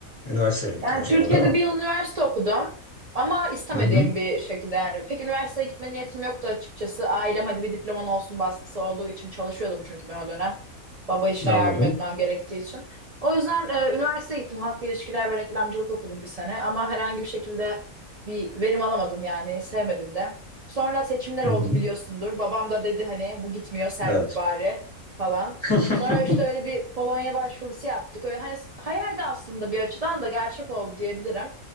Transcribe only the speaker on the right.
Yani
Türkiye'de
bir yıl üniversite okudum ama istemediğim
bir şekilde yani. Pek üniversiteye gitme niyetim yoktu açıkçası. Ailem hadi bir diploman olsun baskısı olduğu için çalışıyordum çünkü ben o dönem. Baba işine
yardım etmem gerektiği için. O yüzden e, üniversiteye gittim. Halkla ilişkiler ve reklamcılık okudum bir sene ama herhangi bir şekilde bir verim alamadım yani sevmedim de. Sonra seçimler
oldu
biliyorsundur. Babam da dedi hani bu gitmiyor sen
git bari falan.
Sonra işte öyle bir Polonya başvurusu yaptık. Öyle hani s- hayaldi aslında bir açıdan da gerçek oldu diyebilirim.